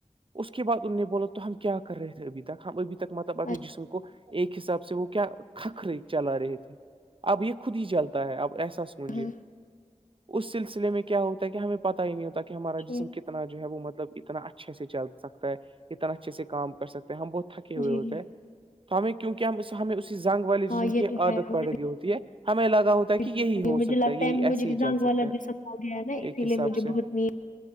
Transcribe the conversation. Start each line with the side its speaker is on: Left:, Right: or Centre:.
Right: اس کے بعد ان نے بولا تو ہم کیا کر رہے تھے ابھی تک ہم ابھی تک مطلب اپنے
Left: اچھا
Right: جسم کو ایک حساب سے وہ کیا کھکھرے چلا رہے تھے اب یہ خود ہی چلتا ہے اب ایسا س منجے
Left: ہاں
Right: اس سلسلے میں کیا ہوتا ہے کہ ہمیں پت ہی نہیں ہوتا ہمارا
Left: ٹھیک
Right: جسم کتنا جو ہے وہ مطلب اتنا اچھا- اچھے- سے چل سکتا ہے اتنا اچھے سے کام کر سکتے ہیں ہم بہت تھکے ہوئے
Left: جی
Right: ہوتے
Left: جی
Right: ہیں- ہمیں کیوںک ہمیں اسی جنگ والے جسم
Left: ہاں یہ
Right: کی
Left: تو
Right: عادت
Left: ہے
Right: پڑ گئی ہوتی ہے ہمیں لگا ہوتا- کہ
Left: بہت
Right: یہی
Left: تھکی
Right: ہو
Left: ہوں، مجھے
Right: سکتا
Left: لگتا
Right: ہے یہی
Left: مجھے
Right: ایسے
Left: بھی
Right: ہی
Left: زنگ
Right: چل سکتا
Left: والا
Right: ہے
Left: جسم ہو گیا نا اسی
Right: ایک حساب
Left: لیے مجھے
Right: سے-
Left: بہت نیند